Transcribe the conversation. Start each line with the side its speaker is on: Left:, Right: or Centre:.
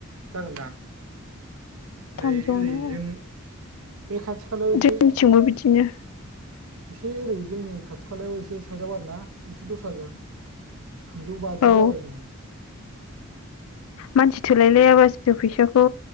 Right: जागोनदां ओमफ्राय
Left: थामजौनो
Right: ओरैजों बे खाथि खालायाव एसे
Left: जोंनिथिंबो बिदिनो
Right: एसे ओरै जोंनि खाथि खालायाव एसे साइदआव आरोना एसे दस्राजों थामजौ बाजि
Left: औ
Right: जाबाय नो
Left: मानसि थोलायलायाबासो फैसाखौ